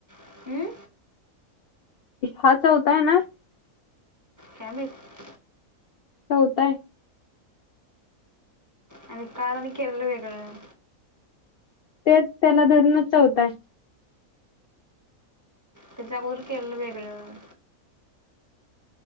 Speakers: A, on the right (about 15°); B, on the left (about 70°).
A: हम्म?
B: हा चौथाय ना.
A: काय माहित
B: चौथा आहे.
A: आणि काल, आणि केलेलं वेगळं.
B: तेच त्याला धरूणच चौथा आहे.
A: त्याच्या अगोदर केललं वेगळं.